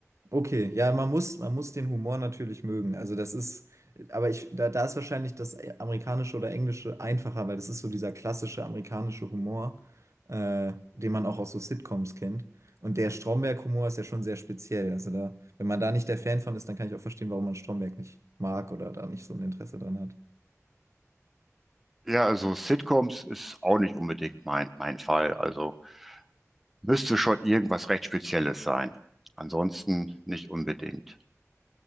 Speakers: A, on the right; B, in the centre.
A: Okay, ja, man muss, man muss den Humor natürlich mögen. Also das ist, aber ich, da, da ist wahrscheinlich das amerikanische oder englische einfacher, weil das ist so dieser klassische amerikanische Humor, äh, den man auch aus so Sitcoms kennt. Und der Stromberg-Humor ist ja schon sehr speziell. Also da, wenn man da nicht der Fan von ist, dann kann ich auch verstehen, warum man Stromberg nicht mag oder da nicht so ein Interesse dran hat.
B: Ja, also Sitcoms ist auch nicht unbedingt mein, mein Fall. Also müsste schon irgendwas recht Spezielles sein. Ansonsten nicht unbedingt.